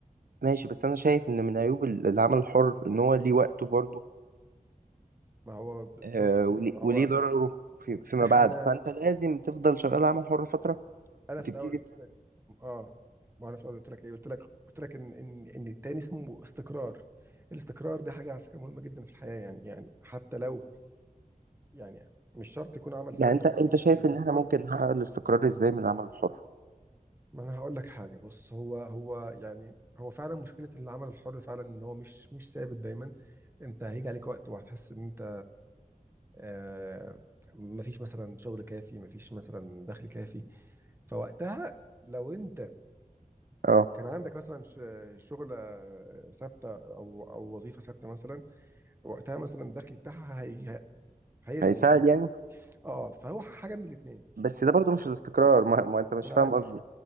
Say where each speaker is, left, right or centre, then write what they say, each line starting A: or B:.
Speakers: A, on the right; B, on the right.
A: ماشي بس انا شايف ان من عيوب ال- العمل الحر ان هو ليه وقته برضه
B: ما هو ب-
A: آه،
B: بص
A: وليه
B: ما هو
A: وليه ضرره في- فيما
B: احنا
A: بعد فانت لازم تفضل شغال عمل حر فتره
B: انا
A: وتبتدي
B: في الاول قلت لك اه ما انا في الاول قلت لك ايه قلت لك قلت لك ان ان ان التاني اسمه استقرار الاستقرار ده حاجه على فكره مهمه جدا في الحياه يعني يعني حتى لو يعني مش شرط يكون عمل ثابت
A: يعني
B: بس
A: انت انت
B: فكره
A: شايف
B: الاستقرار
A: ان احنا ممكن نحقق الاستقرار ازاي من العمل الحر
B: ما انا هقول لك حاجه بص هو هو يعني هو فعلا مشكله العمل الحر فعلا ان هو مش مش ثابت دايما انت هيجي عليك وقت وهتحس ان انت آه مفيش مثلا شغل كافي مفيش مثلا دخل كافي فوقتها لو انت
A: اه
B: كان عندك مثلا ش- شغلة ثابتة أو أو وظيفة ثابتة مثلا وقتها مثلا الدخل بتاعها هي هيسند
A: هيساعد
B: مثلا
A: يعني
B: اه فهو ح- حاجة من الاتنين
A: بس ده برضه مش الاستقرار ما, ما انت مش
B: ما أنا
A: فاهم
B: عارف
A: قصدي